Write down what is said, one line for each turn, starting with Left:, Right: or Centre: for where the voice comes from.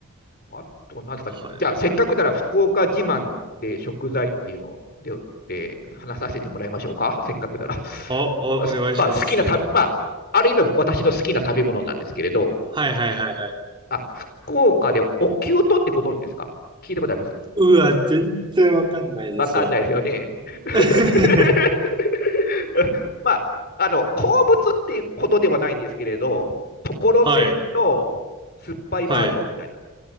Left: あと、なんですかね。
Right: はい。
Left: じゃあ、せっかくなら福岡自慢で食材っていうのをで、で話させてもらいましょうか。せっかくなら。
Right: あ、あ、
Left: あまあ、
Right: お願いします、
Left: 好きなた、
Right: ぜひ。
Left: まあ、ある意味私の好きな食べ物なんですけれど、
Right: はいはいはいはい。
Left: あ、福岡でおきゅうとってご存知ですか聞いたことあります
Right: うわ、全然わかんないですわ。
Left: わかんないですよね。<laughs>
Right: <laughs>
Left: まあ、あの、鉱物っていうことではないんですけれど、ところてんの酸っぱいバージョンみたいな、
Right: はい。はい。